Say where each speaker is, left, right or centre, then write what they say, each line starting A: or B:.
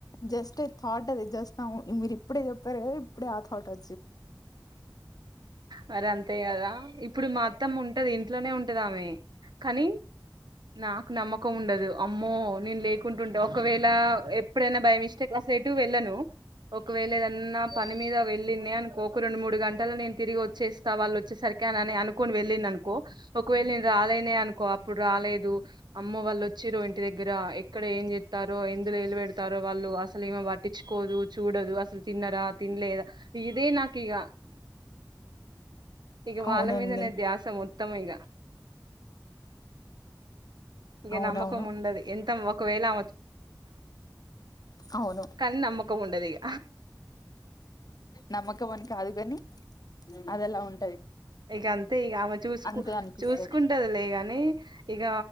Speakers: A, on the left; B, on the right.
A: జస్ట్ ఏ థాట్ అది జస్ట్ నౌ మీరు ఇప్పుడే చెప్పారు కదా ఇప్పుడే ఆ థాట్ వ
B: మర అం అంతే కదా ఇప్పుడు మా అత్తమ్మ ఉంటది ఇ ఇంట్లోనే ఉంటదామే కానీ నాకు నమ్మకం ఉండదు అమ్మో నేను లేకుంటుంటె ఒకవేళ ఎప్పుడైనా బై మిస్టేక్ అసలు ఎటు వెళ్ళను ఒకవేళ ఏదన్నా పని మీద వెళ్ళింది అనుకో రెండుమూడు గంటలలో నేను తిరిగొ చేస్తా వాళ్ళు వచ్చేసరికి అని అనుకోని వెళ్ళింది అనుకో ఒకేళ నేను రాలేనే అనుకో అప్పుడు రాలేదు అమ్మ వాళ్ళు వచ్చిరు ఇంటి దగ్గర ఎక్కడ ఏం చేత్తారో ఎందులో వేలు పెడతారో వాళ్ళు అసలు ఈమె పట్టించుకోదు చూడదు అసలు తిన్నరా తినలేదా ఇది నా ఇగ ఇగ
A: అవునండి
B: వాళ్ళ మీదనే ధ్యాస మొత్తం ఇగ ఇక
A: అవునవును
B: నమ్మకం ఉండదు ఎంత ఒకవేలా
A: అవును
B: కానీ నమ్మకం ఉండదు ఇగ
A: నమ్మకం అని కాదు గని అది ఎలా ఉంటది
B: ఇక అంతే ఇక ఆమె చూసుకు
A: అంతే అనిపిస్తది
B: చూసుకుంటది లేగాని ఇక